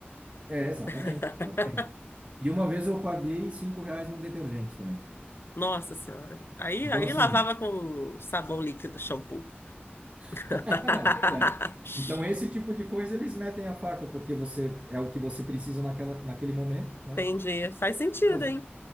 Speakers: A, on the right (about 30°); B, on the left (about 65°).
A: É, exatamente.
B: <laughs>
A: E uma vez eu paguei cinco reais num detergente também.
B: Nossa Senhora. Aí,
A: Então,
B: aí
A: assim,
B: lavava com sabão líquido, shampoo. <laughs>
A: <laughs> não, pois é. Então, esse tipo de coisa eles metem a faca, porque você é o que você precisa naquela, naquele momento, né?
B: Entendi. Faz sentido,
A: E as,
B: hein?